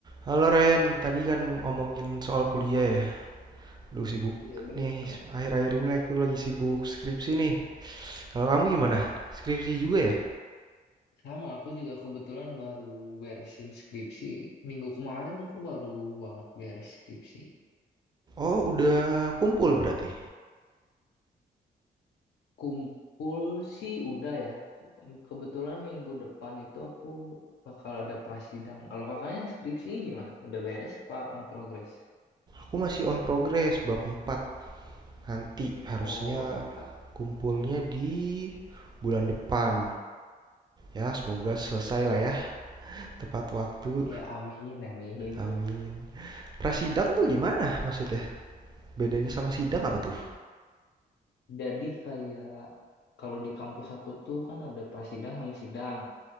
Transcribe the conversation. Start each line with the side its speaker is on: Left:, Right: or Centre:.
Right: Halo Ryan, tadi kan ngomongin soal kuliah ya. Duh sibuk
Left: Iya benar-benar.
Right: nih, akhir-akhir ini aku lagi sibuk skripsi nih. Kalau kamu gimana? Skripsi juga ya?
Left: Sama aku juga kebetulan baru beresin skripsi. Minggu kemarin aku baru banget beres skripsi.
Right: Oh, udah kumpul berarti.
Left: Kumpul sih udah ya. Kebetulan minggu depan itu aku bakal ada prasidang. Kalau kakaknya skripsinya gimana? Udah beres apa on progress?
Right: Aku masih on progress bab 4. Nanti harusnya
Left: Oh, bab 4.
Right: kumpulnya di bulan depan. Ya, semoga selesai lah ya, tepat waktu.
Left: Ya amin, amin.
Right: Amin. Prasidang tuh gimana maksudnya? Bedanya sama sidang apa tuh?
Left: Jadi kayak kalau di kampus aku tuh kan ada prasidang sama sidang.